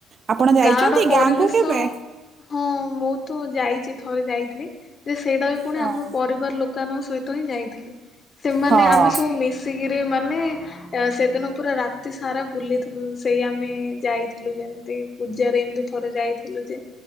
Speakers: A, on the right; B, on the left.
A: ଆପଣ ଯାଇଛନ୍ତି
B: ଗାଁ ର ପରିବେଶ
A: ଗାଁକୁ କେବେ?
B: ହଁ ବହୁତ ଯାଇଛି ଥରେ ଯାଇଥିଲି ଯେ ସେଇଟା ବି ପୁଣି
A: ହଁ
B: ଆମ ପରିବାର ଲୋକଙ୍କ ସହିତ ହି ଯାଇଥିଲି ସେମାନେ
A: ହଁ
B: ଆମେ ସବୁ ମି କିରି ମାନେ ସେଦିନ ପୁରା ରାତି ସାରା ବୁଲିଥିଲୁ ସେଇ ଆମେ ଯାଇଥିଲୁ ଯେମିତି ପୂଜାରେ ଏମିତି ଥରେ ଯାଇଥିଲୁ ଯେ